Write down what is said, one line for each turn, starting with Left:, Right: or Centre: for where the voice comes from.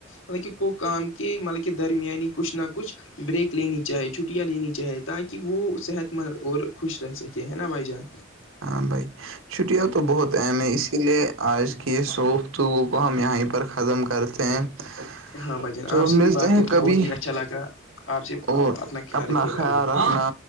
Left: مطلب کہ کو کام کے مطلب کے درمیانی کچھ نہ کچھ بریک لینی چاہی چ چیاں لینی چاہے تاکہ وہ صحت مند اور خوش رہ سکے ہے نا بھائی جان
Right: ہ بھائی چھٹیاں تو بہت اہم ہیں اسی لیے آج کی سوف توگ کو ہم یہیں پر ختم کرتے ہیں <unintelligible> <unintelligible> <unintelligible>
Left: ہاں بھائی جان
Right: تو
Left: آپ سے بھی
Right: ملتے
Left: بات
Right: ہیں
Left: کر کے
Right: کبھی
Left: بہت ہی اچھا لگا آپ سے
Right: اور
Left: اپنا خیال
Right: اپنا
Left: رکھیے گا
Right: خیال
Left: اللہ حافظ
Right: رکھنا